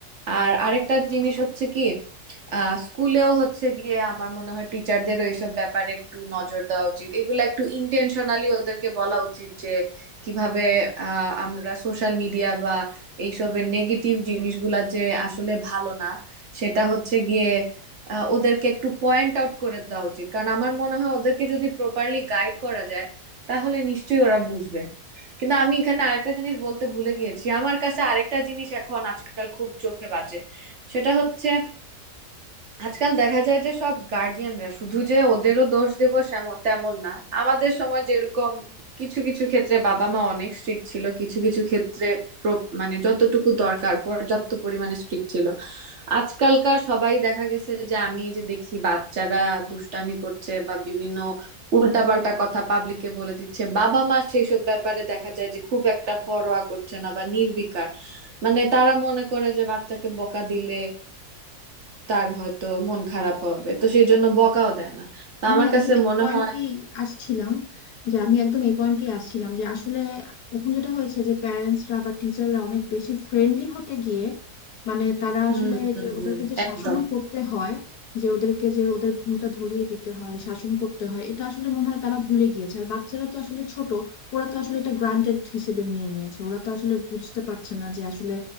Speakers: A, on the right (about 55°); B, on the left (about 80°).
A: আর আরেকটা জিনিস হচ্ছে কি আহ স্কুলেও হচ্ছে গিয়ে আমার মনে হয় টিচারদেরও এইসব ব্যাপারে একটু নজর দেওয়া উচিত এগুলো একটু ইন্টেনশনালি ওদেরকে বলা উচিত যে কিভাবে আহ আমরা সোশ্যাল মিডিয়া বা এইসবের নেগেটিভ জিনিসগুলা যে আসলে ভালো না সেটা হচ্ছে গিয়ে আহ, ওদেরকে একটু পয়েন্ট আউট করে দেওয়া উচিত কারণ আমার মনে হয় ওদেরকে যদি প্রপারলি গাইড করা যায় তাহলে নিশ্চয়ই ওরা বুঝবে কিন্তু আমি এখানে আরেকটা জিনিস বলতে ভুলে গিয়েছি আমার কাছে আরেকটা জিনিস এখন আজকাল খুব চোখে বাজে সেটা হচ্ছে আজকাল দেখা যায় যে সব গার্ডিয়ানরা শুধু যে ওদেরও দোষ দেব সেমন- তেমন না আমাদের সময় যেরকম কিছু কিছু ক্ষেত্রে বাবা মা অনেক স্ট্রিক্ট ছিল কিছু কিছু ক্ষেত্রে প্র- মানে যতটুকু দরকার পর্যাপ্ত পরিমাণে স্ট্রিক্ট ছিল আজকালকার সবাই দেখা গেছে যে আমি যে দেখি বাচ্চারা দুষ্টামি করছে বা বিভিন্ন উল্টাপাল্টা কথা পাবলিকে বলে দিচ্ছে বাবা মা সেইসব ব্যাপারে দেখা যায় যে খুব একটা পরোয়া করছে না বা নির্বিকার মানে তারা মনে করে যে বাচ্চাকে বকা দিলে তার হয়তো মন খারাপ হবে তো সেই জন্য বকাও দেয় না তো
B: আমি
A: আমার
B: একদম
A: কাছে
B: এই
A: মনে
B: পয়েন্টেই
A: হয়
B: আসছিলাম যে আমি একদম এই পয়েন্টেই আসছিলাম যে আসলে এখন যেটা হয়েছে যে প্যারেন্টসরা বা টিচাররা অনেক বেশি ফ্রেন্ডলি হতে গিয়ে মানে তারা
A: হুম
B: আসলে
A: হুম,
B: যে
A: হুম,
B: ওদেরকে যে
A: একদম
B: শাসনও করতে হয় যে ওদেরকে যে ওদের ভুলটা ধরিয়ে দিতে হয় শাসন করতে হয় এটা আসলে মনে হয় তারা ভুলে গিয়েছে আর বাচ্চারা তো আসলে ছোট ওরা তো আসলে এটা গ্রান্টেড হিসেবে নিয়ে নিয়েছে ওরা তো আসলে বুঝতে পারছে না যে আসলে